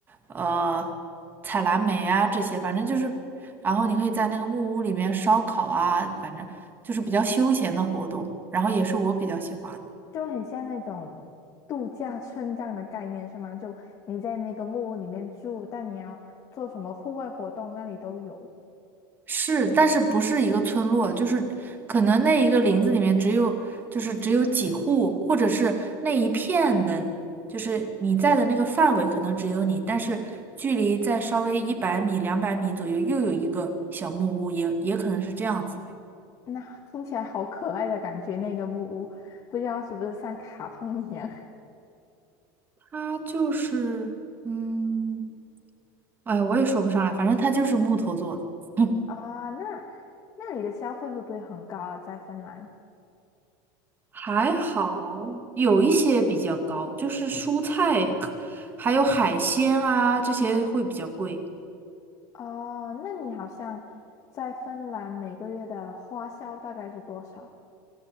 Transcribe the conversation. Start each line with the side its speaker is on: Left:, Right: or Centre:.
Right: 呃，采蓝莓啊这些，反正就是，然后你可以在那个木屋里面烧烤啊，反正就是比较休闲的活动，然后也是我比较喜欢的。
Left: 就很像那种度假村这样的概念是吗？就你在那个木屋里面住，但你要做什么户外活动，那里都有。
Right: 是，但是不是一个村落，就是可能那一个林子里面只有就是只有几户，或者是那一片的，就是你在的那个范围可能只有你，但是距离在稍微一百米、两百米左右又有一个小木屋，也也可能是这样子的。
Left: 那听起来好可爱的感觉，那个木屋，不知道是不是像卡通一样
Right: 它就是，嗯，哎，我也说不上来，反正它就是木头做的。<laughs>
Left: <laughs> 啊？那那里的消费会不会很高啊？在芬兰？
Right: 还好，有一些比较高，就是蔬菜，还有海鲜啊，这些会比较贵。
Left: 哦，那你好像在芬兰每个月的花销大概是多少？